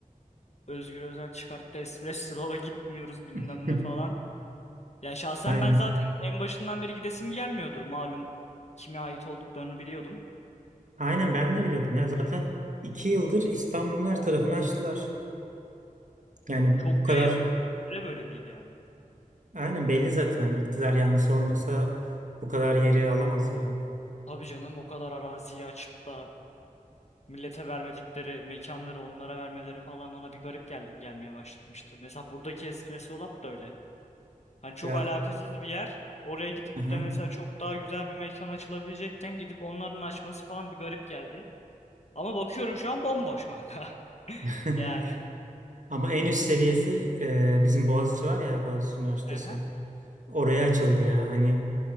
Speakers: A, on the left (about 50°); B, on the right (about 60°).
A: Özgür Özel çıkarttı Espresso'la gitmiyoruz bilmem
B: <laughs>
A: ne falan. Ya şahsen
B: Aynen.
A: ben zaten en başından beri gidesim gelmiyordu. Malum kime ait olduklarını biliyordum.
B: Aynen ben de biliyordum ya zaten iki yıldır İstanbul'un her tarafını açtılar. Yani
A: Çok
B: bu kadar
A: yayıldılar. Öyle böyle değil yani.
B: aynen belli zaten Hani iktidar yanlısı olmasa bu kadar yeri alamaz ya.
A: Tabii canım o kadar araziyi açıp da millete vermedikleri mekanları onlara vermeleri falan bana bir garip gel gelmeye başlamıştı. Mesela buradaki Espresso Lab da öyle. Hani çok
B: Ya
A: alakasız bir yer. Oraya gidip
B: Hı hı.
A: de mesela çok daha güzel bir mekan açılabilecekken gidip onların açması falan bir garip geldi. Ama bakıyorum şu an bomboş kanka.
B: <laughs>
A: Yani.
B: Ama en üst seviyesi e, bizim Boğaziçi var ya Boğaziçi Üniversitesi.
A: Aha,
B: Oraya açıldı ya. Hani